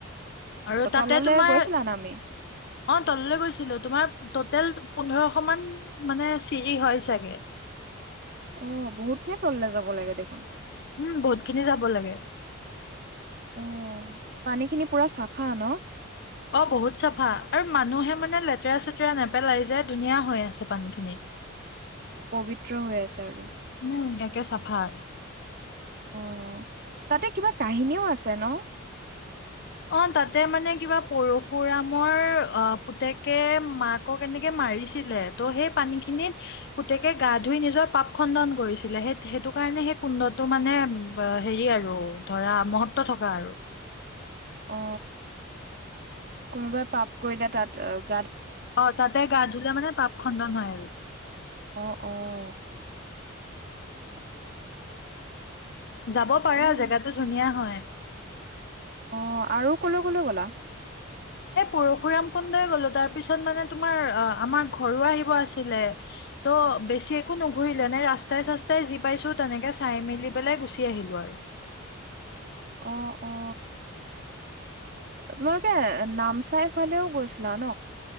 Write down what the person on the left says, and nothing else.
আৰু তাতে
তোমাৰ
অ তললে গৈছিলো তোমাৰ টোটেল পোন্ধৰশ মান মানে চিৰি হয় চাগে
উম বহুত খিনি যাব লাগে
অ বহুত চাফা আৰু মানুহে মানে লেতেৰা চেতেৰা নেপেলাই যে ধুনীয়া হৈ আছে পানীখিনি
উম একে চাফা
অ তাতে মানে কিবা পৰশুৰামৰ আহ পুতেকে মাকক এনেকে মাৰিছিলে ত' সেই পানীখিনিত পুতেকে গা ধুই নিজৰ পাপ খণ্ডন কৰিছিলে সেই সেইটো কাৰণে সেই কুণ্ডটো মানে হেৰি আৰু ধৰা মহত্ব থকা আৰু
অ তাতে গা ধুলে মানে পাপ খণ্ডন হয় আৰু
যাব পাৰা
জেগাটো ধুনীয়া হয় <inaudible>
এ পৰশুৰামকুন্দই গলো, তাৰ পিছত মানে তোমাৰ আহ আমাৰ ঘৰো আহিব আছিলে, ত' বেছি একো নুঘুৰিলে নে ৰাস্তাই চাস্তাই যি পাইছো তেনেকে চাই মেলি পেলাই গুচি আহিলো আৰু।